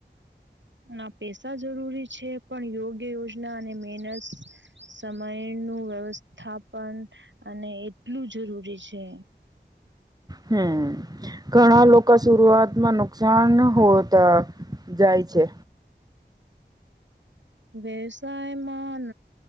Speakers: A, on the right; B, on the right.
A: ના પેસા જરૂરી છે પણ યોગ્ય યોજના અને મેહનત સમય નું વ્યવસ્થાપન અને એટલું જરૂરી છે.
B: હમ્મ ઘણા લોકો સુરઆતમાં નુકસાન હો ત જાય છે.
A: વ્યવસાયમાં